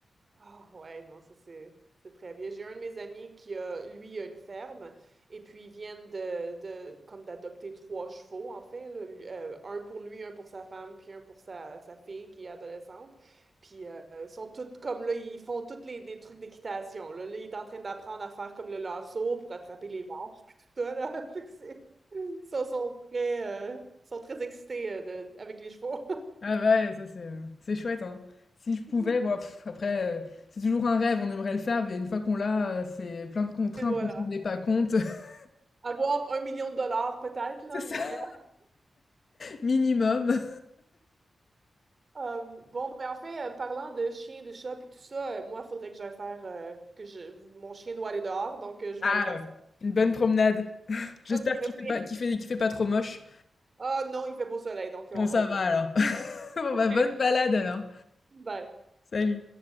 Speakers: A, on the right (about 35°); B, on the left (about 45°).
A: Ah ouais, non, ça c'est c'est très bien. J'ai un de mes amis qui a, lui, a une ferme, et puis ils viennent de, de comme d'adopter trois chevaux, en fait, là. Lui- euh, un pour lui, un pour sa femme, puis un pour sa, sa fille qui est adolescente. Puis euh, ils sont toutes comme là, ils font tous les des trucs d'équitation. Là. Là, il est en train d'apprendre à faire comme le lasso pour attraper les vaches, puis tout ça, là. <laughs> Fait que c'est- Ils sont, sont très, euh, sont très excités euh, de- avec les chevaux.
B: Ah bah ouais, ça c'est euh, c'est chouette, hein. Si je pouvais,
A: <laughs>
B: bon, pff, après, euh, c'est toujours un rêve, on aimerait le faire, mais une fois qu'on l'a, euh, c'est plein de contraintes,
A: Et voilà.
B: on s'en rendait pas compte. <laughs>
A: Avoir un million de dollars peut-être, là,
B: C'est ça,
A: mais.
B: minimum.
A: Euh, bon, ben en fait, euh, parlant de chiens, de chats et tout ça, euh, moi, il faudrait que j'aille faire euh, que je mon chien doit aller dehors, donc euh, je
B: Ah
A: vais aller faire
B: ouais,
A: ça.
B: une bonne promenade. J'espère
A: OK, merci.
B: qu'il fait pas, qu'il fait, qu'il fait pas trop moche.
A: Ah non, il fait beau soleil, donc euh,
B: Bon,
A: on
B: ça
A: va être
B: va
A: bien.
B: alors. <laughs> Bon,
A: OK,
B: bah, bonne balade alors.
A: bye.
B: Salut.